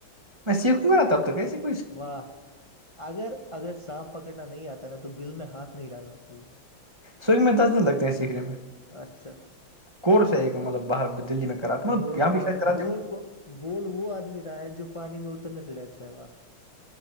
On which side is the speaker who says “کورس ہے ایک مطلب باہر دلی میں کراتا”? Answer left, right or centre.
Right